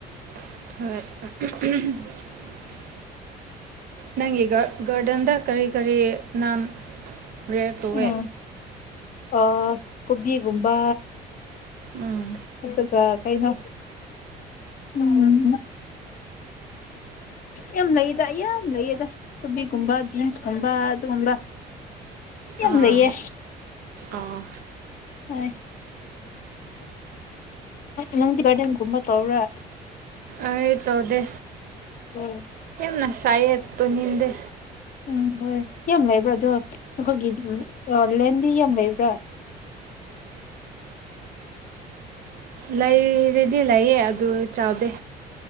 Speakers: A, on the right; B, on the left.
A: ꯍꯣꯏ ꯅꯪꯒꯤ ꯒꯥꯔꯗꯦꯟꯗ ꯀꯔꯤ ꯀꯔꯤ ꯅꯥꯟ ꯦꯌꯔ ꯇꯧꯋꯦ
B: ꯎꯝ ꯑ ꯀꯣꯕꯤꯒꯨꯝꯕ
A: ꯎꯝ
B: ꯑꯗꯨꯒ ꯀꯩꯅꯣ ꯎꯝ ꯌꯥꯝ ꯂꯩꯌꯦꯗ ꯌꯥꯝ ꯂꯩꯌꯦꯗ ꯀꯣꯕꯤꯒꯨꯝꯕ ꯕꯤꯟꯁꯀꯨꯝꯕ ꯑꯗꯨꯒꯨꯝꯕ ꯌꯥꯝ
A: ꯑꯥ
B: ꯂꯩ ꯌꯦ
A: ꯑꯥ
B: ꯍꯣꯏ ꯅꯪꯗꯤꯒꯥꯗꯟꯒꯨꯝꯝꯕ ꯇꯧ꯭ꯔꯥ
A: ꯑꯩ ꯇ ꯑꯣꯗꯦ
B: ꯍꯝ
A: ꯅ ꯁꯥꯏꯠꯇꯨ ꯅꯤꯗꯦ
B: ꯎꯝ ꯍꯣꯏ ꯌꯥꯝ ꯂꯩꯕ꯭ꯔꯥ ꯑꯗꯣ ꯑꯩꯈꯣꯏꯒꯤ ꯂꯦꯟꯗꯤ ꯌꯥꯝ ꯂꯩꯕ꯭ꯔꯥ
A: ꯂꯩꯔꯦꯗꯤ ꯂꯩꯌꯦ ꯑꯗꯨ ꯆꯥꯎꯗꯦ